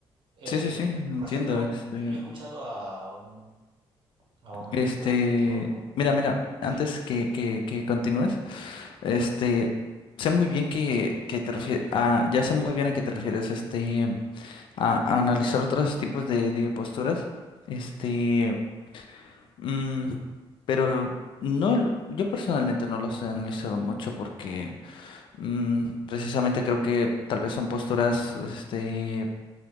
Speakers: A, on the right; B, on the left.
A: Eh,
B: Sí, sí, sí, entiendo.
A: por ejemplo,
B: Este,
A: yo, yo he escuchado a un, a un,
B: este,
A: creo que teólogo.
B: mira, mira,
A: Sí,
B: antes que, que, que continúes, este, sé muy bien que, que te refieres, a, ya sé muy bien a qué te refieres, este, a, a analizar otros tipos de, de posturas, este, mm, pero no, l- yo personalmente no los he analizado mucho porque mm, precisamente creo que tal vez son posturas, este,